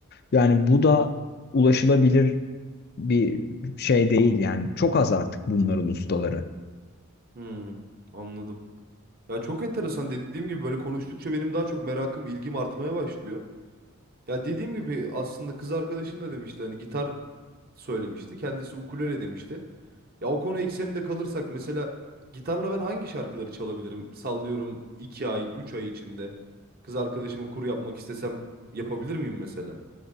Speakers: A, on the left; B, on the right.
A: Yani bu da ulaşılabilir bir şey değil yani çok az artık bunların ustaları.
B: Hmm, anladım. Ya çok enteresan dediğim gibi böyle konuştukça benim daha çok merakım, ilgim artmaya başlıyor. Ya dediğim gibi aslında kız arkadaşım da demişti hani gitar söylemişti. Kendisi ukulele demişti. Ya o konu ekseninde kalırsak mesela gitarla ben hangi şarkıları çalabilirim? Sallıyorum 2 ay, 3 ay içinde kız arkadaşımı kur yapmak istesem yapabilir miyim mesela?